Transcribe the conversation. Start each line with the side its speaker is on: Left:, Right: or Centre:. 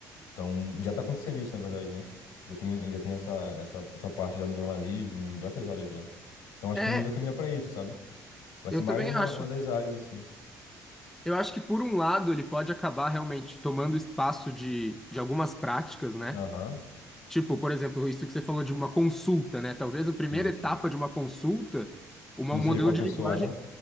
Left: Então, já está acontecendo isso, na verdade, né? Já tem, já tem essa, essa, essa parte já no jornalismo, em diversas áreas já. Então, acho
Centre: é,
Left: que o mundo vai caminhar para isso, sabe? Vai ser
Centre: eu
Left: mais
Centre: também
Left: uma,
Centre: acho.
Left: uma das áreas, assim.
Centre: Eu acho que por um lado ele pode acabar realmente tomando espaço de, de algumas práticas, né?
Left: Aham,
Centre: Tipo, por exemplo, isso que você falou de uma consulta, né? Talvez a primeira
Left: Sim,
Centre: etapa
Left: sim.
Centre: de uma consulta, uma-
Left: Não
Centre: um modelo
Left: seja com a
Centre: de
Left: pessoa,
Centre: linguagem.
Left: né?